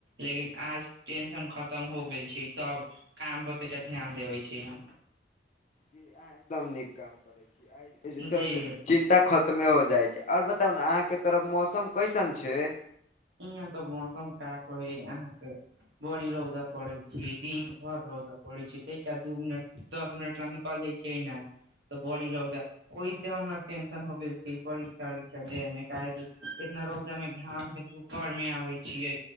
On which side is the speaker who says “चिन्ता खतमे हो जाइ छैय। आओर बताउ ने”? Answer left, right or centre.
Left